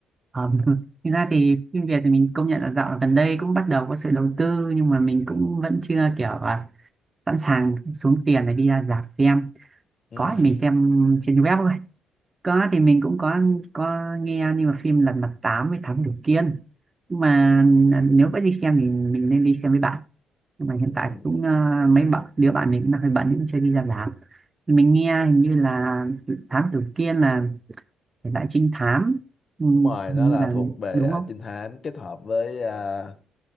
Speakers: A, on the right (about 25°); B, on the left (about 45°).
A: ờ, <laughs> thực ra thì phim Việt thì mình công nhận là dạo gần đây cũng bắt đầu có sự đầu tư nhưng mà mình cũng vẫn chưa kiểu ờ, sẵn sàng xuống tiền để đi ra rạp xem
B: Ừ.
A: có thì
B: <laughs>
A: mình xem trên web thôi có thì mình cũng có có nghe nhưng mà phim Lật Mặt 8 với Thám Tử Kiên nhưng mà à, nếu có đi xem thì mình nên đi xem với bạn nhưng mà hiện
B: Ừ.
A: tại cũng ờ, mấy bạn đứa bạn mình cũng đang hơi bận cũng chưa đi ra làm thì mình nghe hình như là Thám Tử Kiên là thể loại trinh thám ừ,
B: Đúng rồi,
A: hình
B: nó là
A: như là
B: thuộc về
A: đúng
B: à,
A: không
B: trinh thám kết hợp với à,